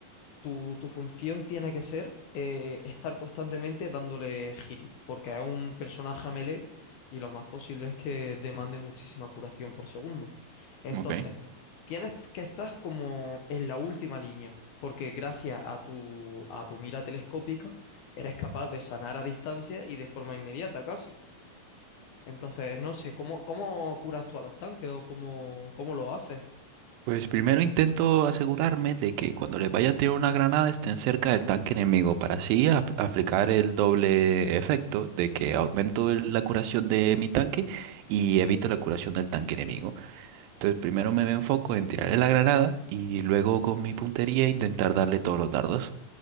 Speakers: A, on the left; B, on the right.
A: tu, tu función tiene que ser eh, estar constantemente dándole healing, porque es un personaje a melee y lo más posible es que demande muchísima curación por segundo. Entonces,
B: Ok.
A: tienes que estar como en la última línea, porque gracias a tu, a tu mira telescópica eres capaz de sanar a distancia y de forma inmediata casi. Entonces, no sé, ¿cómo, cómo curas tú a los tanques o cómo, cómo lo haces?
B: Pues primero intento asegurarme de que cuando les vaya a tirar una granada estén cerca del tanque enemigo para así ap- aplicar el doble efecto de que aumento el- la curación de mi tanque y evito la curación del tanque enemigo. Entonces primero me enfoco en tirarle la granada y luego con mi puntería intentar darle todos los dardos.